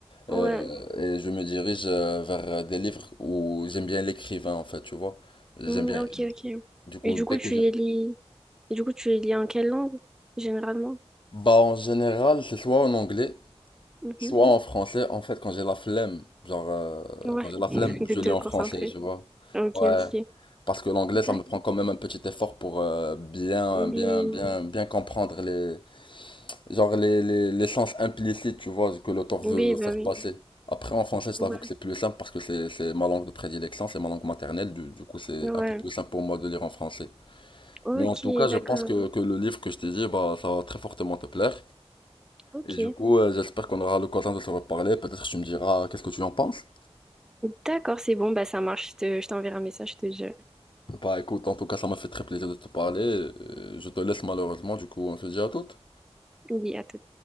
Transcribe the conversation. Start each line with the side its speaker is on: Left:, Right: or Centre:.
Centre: ouais.
Left: euh,
Centre: Ouais.
Left: et je me dirige euh, vers des livres où j'aime bien l'écrivain, en fait, tu vois. J'aime
Centre: Hmm,
Left: bien.
Centre: ok, ok.
Left: Du coup,
Centre: Et du coup,
Left: dès que
Centre: tu
Left: j'ai...
Centre: les lis. Et du coup, tu les lis en quelle langue, généralement?
Left: Bah, en général, c'est soit en anglais,
Centre: Mhm.
Left: Soit en français, en fait, quand j'ai la flemme, genre, euh,
Centre: Ouais,
Left: quand j'ai la
Centre: <laughs>
Left: flemme,
Centre: de
Left: je
Centre: te
Left: lis en
Centre: concentrer.
Left: français, tu vois.
Centre: Ok,
Left: Ouais.
Centre: ok.
Left: Parce que l'anglais, ça
Centre: D'accord.
Left: me prend quand même un petit effort pour euh, bien,
Centre: Oui,
Left: bien, bien, bien comprendre les, genre les, les, les sens implicites, tu vois, que l'auteur veut
Centre: oui, bah
Left: faire
Centre: oui.
Left: passer. Après, en français, je t'avoue
Centre: Ouais,
Left: que c'est plus simple parce que c'est, c'est ma langue de prédilection, c'est ma langue maternelle, du, du coup, c'est
Centre: ouais.
Left: un peu plus simple pour moi de lire en français.
Centre: Ok,
Left: Mais en tout cas, je
Centre: d'accord.
Left: pense que, que le livre que je t'ai dit, bah, ça va très fortement te plaire.
Centre: Ok.
Left: Et du coup, euh, j'espère qu'on aura l'occasion de se reparler. Peut-être que tu me diras qu'est-ce que tu en penses.
Centre: D'accord, c'est bon, bah ça marche. Je te- je t'enverrai un message, je te jure.
Left: Bah écoute, en tout cas, ça m'a fait très plaisir de te parler. Euh, Je te laisse malheureusement, du coup, on se dit à toutes.
Centre: Oui, à tout.